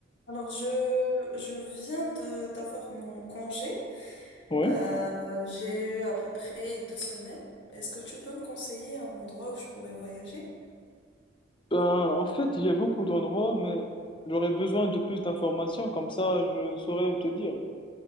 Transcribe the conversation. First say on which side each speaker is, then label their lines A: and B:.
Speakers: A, on the left; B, on the left.
A: Alors je je viens de d'avoir mon congé.
B: Ouais.
A: Euh, j'ai eu à peu près deux semaines. Est-ce que tu peux me conseiller un endroit où je pourrais voyager?
B: Ben, en fait, il y a beaucoup d'endroits, mais j'aurais besoin de plus d'informations, comme ça je saurais où te dire.